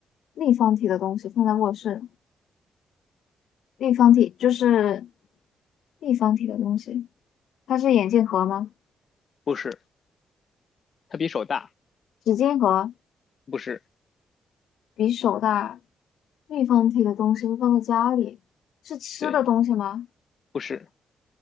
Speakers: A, on the left; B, on the left.
A: 立方体的东西放在卧室，立方体就是立方体的东西，它是眼镜盒吗？
B: 不是，它比手大，
A: 纸巾盒
B: 不是，
A: 比手大，立方体的东西会放在家里，是吃的东西吗？
B: 对，不是。